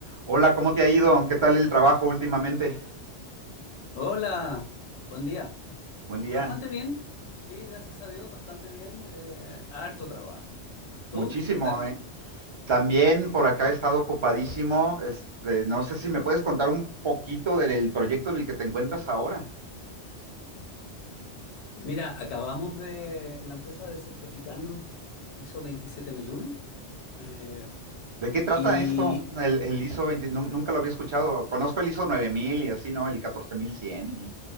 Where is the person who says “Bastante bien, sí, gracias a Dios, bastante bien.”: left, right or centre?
Left